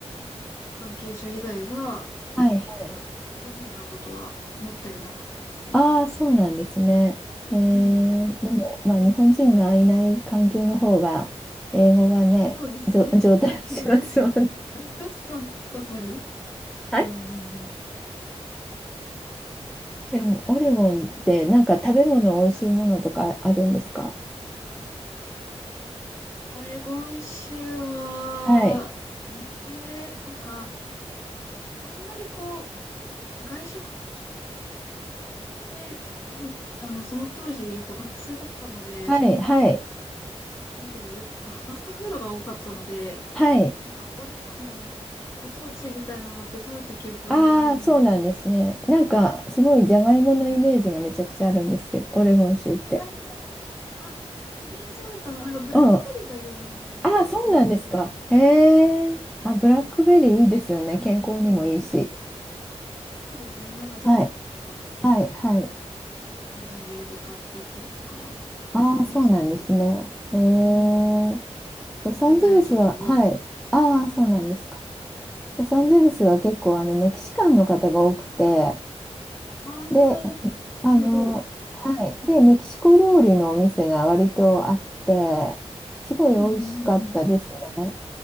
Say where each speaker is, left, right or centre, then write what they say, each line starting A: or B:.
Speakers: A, on the left; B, in the centre.
A: 関係者以外は、
B: はい、はい。
A: やっぱ日本人に会うことはめったになかったですね。
B: ああ、そうなんですね。えー、
A: うん。
B: でも、まあ、日本人がいない環境の方が、英語はね、
A: そうですね。
B: じょ、上達しますもんね。
A: そうです。<laughs> 本当に。
B: はい
A: うんうんうん
B: でも、オレゴンってなんか食べ物美味しいものとかあるんですか
A: オレゴン州は、
B: はい。
A: ええなんか、あんまりこう、外食って、ほんあの、その当時、やっぱ学生だったので、
B: はい、
A: そんな、
B: はい、
A: なんていうの、やっぱファストフードが多かったので、
B: はい。
A: なんか、オレゴンのご当地みたいなのって食べた記憶があんまりないんですけど、
B: ああ、そうなんですね。なんか、すごいジャガイモのイメージがめちゃくちゃあるんですけど、
A: でもなんか、
B: オレゴン州って。
A: あじゃがいも、あ、ええそうだったのかな、なんか、ブラックベリーが有名なんですよ、
B: うん。ああ、そうなんですか。
A: オレゴン州。はい、
B: へえ。あ、ブラックベリーいいですよね。
A: ブラックベリーの、
B: 健康にもいいし。
A: あそうですね。なんかジャムとかは結
B: はい、はい、はい。
A: 構売ってたので、お土産で買ってったりとかは
B: ああ、
A: しましたけど。
B: そうなんですね。へえ。ロ
A: うん。そ
B: サンゼルスは、
A: れ以外はちょっと覚えてない。
B: はい。ああ、そうなんですか。ロサンゼルスは結構あのメキシカンの方が多くて、
A: ああ、
B: で、
A: いや、
B: あの、
A: みんなどう。
B: はい。で、メキシコ料理のお店が割とあって、すごい美味しかったですね。
A: うんうん